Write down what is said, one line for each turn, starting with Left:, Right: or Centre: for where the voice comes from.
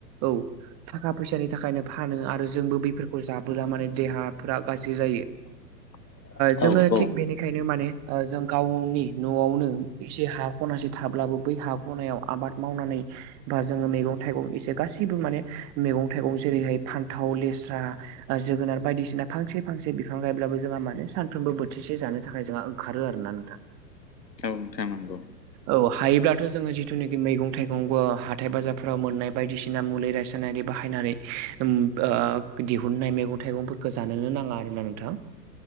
Right: औ। थाखा फैसानि थाखायनो फानो आरो जोंबो बेफोरखौ जाबोला माने देहाफोरा गाज्रि जायो।
Left: <unintelligible>
Right: जोङो
Left: औ
Right: थिग बेनि बेखायनो माने जों गाव गावनि न'आवनो एसे हा खनासे थाब्लाबो बै हा ख'नायाव आबाद मावनानै बा जोङो मैगं -थाइगं एसे गासैबो माने मैगं- थाइगं जेरैहाय फान्थाव, लेस्रा जोगोनार बायदिसिना फांसे फांसे बिफां गायब्लाबो जोंहा मानोे सानफ्रोमबो बोथिसे जानो थाखाय जोंहा ओंखारो आरोना नोंथां।
Left: औ। नोंथां नंगौ।
Right: औ हायोब्लाथ' जोङो जिथुनाखि मैगं -थाइगंबो हाथाय बाजारफोराव मोननाय बायदिसिना मुलि रायसायनारि बाहायनानै ओम ओ दिहुनाय मैगं- थाइगं जानोनो नाङा आरो ना नोंथां।